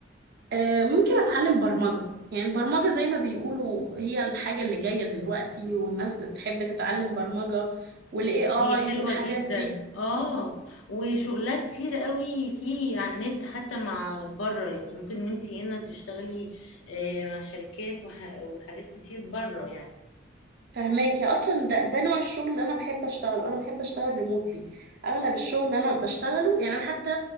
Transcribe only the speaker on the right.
آه، ممكن اتعلم برمجة يعني البرمجة زي ما بيقولوا هي الحاجة اللي جاية دلوقتي والناس بتحب تتعلم برمجة والاي اي
والحاجات
دي
فهماك يا اصلا ده ده نوع الشغل اللي انا بحب اشتغله انا بحب اشتغل ريموتلي اغلب الشغل اللي انا بشتغله يعني انا حتى